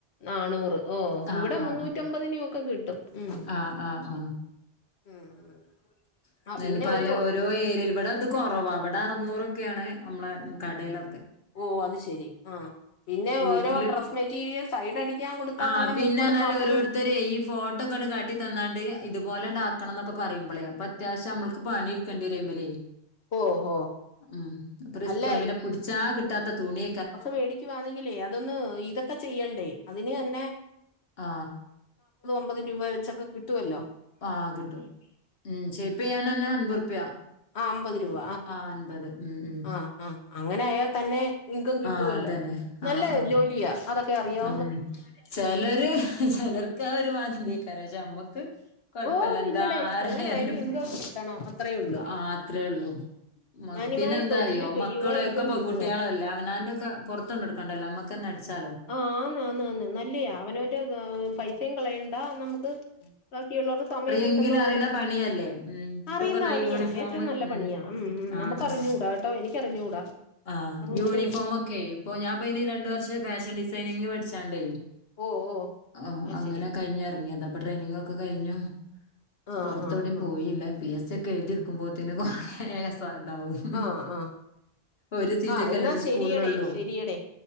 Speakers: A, on the left; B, on the left.
A: നാണൂറ് ഓ
B: ആ
A: ഇവിടെ മുന്നൂറ്റമ്പതിനും
B: ആ
A: ഒക്കെ കിട്ടും ഉം
B: ആ ആ ആ ആ
A: ഉം
B: <unintelligible>
A: ആ പിന്നെ ഒരു
B: ഓരോ ഏരിയേൽ ഇവിടെ ഇത് കൊറവാ ഇവിടെ അറുന്നൂറൊക്കേണ്. നമ്മളെ കടേലൊക്കെ.
A: ഓ അത് ശരി. ആ പിന്നെ
B: വീട്ടില്
A: ഓരോ ഡ്രസ്സ് മെറ്റീരിയൽ സൈഡ് അടിക്കാൻ കൊടുത്താൽ
B: ആഹ്
A: തന്നെ
B: പിന്നെന്നാല്
A: മുപ്പതും നാല്പ്പതും.
B: ഓരോരുത്തരെ ഈ ഫോട്ടോ ഒക്കൊണ്ട് കാട്ടി തന്നാണ്ട് ഇത്പോലണ്ടാക്കണം. ന്നൊക്കെ പറയുമ്പളേ അപ്പൊ അത്യാവശം നമ്മൾക്ക് പണി ട്ക്കെണ്ടേരയ്മലേ
A: ഓ ഓ
B: ഉം. അത് റിസ്കുവാണ്
A: അല്ല
B: പിന്നെ പിടിച്ചാ കിട്ടാത്ത തുണി
A: മേടിക്കുവാന്നെങ്കിലേ അതൊന്ന് ഇതൊക്കെ ചെയ്യണ്ടേ അതിന് തന്നെ.
B: ആ
A: അമ്പത് രൂപ വെച്ചൊക്കെ കിട്ടുവല്ലോ?
B: ആഹ കിട്ടും ഉം ക്ഷെപ്പ ഞാനെന്നെ അൻപത് ഉറുപ്യ.
A: ആ അമ്പത് രൂപ
B: ആ അൻപത്. ഉം ഉം
A: ആ ആ അങ്ങനെ ആയാൽ തന്നെ ഇൻകം കിട്ടുവല്ലോ?
B: ആഹ് അതന്നെ
A: നല്ല
B: ആഹ് ആഹ്
A: ജോലിയാ അതൊക്കെ അറിയാ
B: ഉം ചെലര് ചെലർക്ക് അതൊര്മാതിരിയേക്കാരു പക്ഷെ നമ്മക്ക് കൊഴപ്പല്ല.
A: ഓ
B: എന്താ
A: ഇല്ലടേ
B: ആരായാലും
A: എങ്ങനെ ആയാലും ഇൻകം കിട്ടണം അത്രേ ഉള്ളൂ
B: ആ അത്രേ ഉള്ളൂ മക്ക്
A: മാന്യമായ
B: പിന്നെ
A: തൊഴിൽ ചെയ്യുക
B: മക്കളെ
A: ഇൻകം
B: ഒക്കെ പെൺകുട്ട്യാളല്ലേ
A: കിട്ടുക
B: അവനാന്റെ ഒക്കെ പൊറത്തൊണ്ടോട്ക്കണ്ടല്ലോ. അമ്മക്കന്നെ അട്ച്ചാലോ?
A: ആ ആന്ന് ആന്ന് ആന്ന് നല്ലയാ അവനവന്റെ പൈസയും കളയണ്ട. നമുക്ക് ബാക്കിയുള്ളവരുടെ സമയം കിട്ടുന്ന
B: എങ്കിലും
A: പോലെ
B: അറിണ പണിയല്ലേ? ഉം
A: അറിയുന്ന
B: ഇപ്പൊക്കതാ
A: പണിയാ
B: യൂണിഫോം
A: ഏറ്റവും നല്ല പണിയാ
B: ഉം
A: ഉം
B: ആ
A: നമുക്കറിഞ്ഞൂടാ
B: ആ
A: കേട്ടോ എനിക്കറിഞ്ഞൂടാ
B: ആ
A: അതുകൊണ്ട്
B: യൂണിഫോമൊക്കെ ഇപ്പൊ ഞാൻ ഇപ്പയ്ന് ര ണ്ട് വർഷം ഫാഷൻ ഡിസൈനിങ്ന്. പഠിച്ചാണ്ടേ?
A: ഓ ഓ
B: ആ
A: അത്
B: അങ്ങനെ
A: ശരി
B: കഴിഞ്ഞ് എറങ്ങിയത ഇപ്പൊ ട്രെയിനിങ് ഒക്കെ കഴിഞ്ഞു.
A: ആ
B: പൊർത്തൊവ്ടേം
A: ഹാ ആ
B: പോയില്ല. പി എസ് സി ഒക്കെ എഴുതി എടുക്കുമ്പോത്ത്ന്. കൊറേ ഏക പ്പതാവും ഉം
A: ആ ആ
B: ഒരു സീറ്റൊക്കല്ലെ
A: ആ എന്നാ
B: ഒരു
A: ശരിയടേ
B: സ്കൂളിലൊള്ളു.
A: ശരിയടേ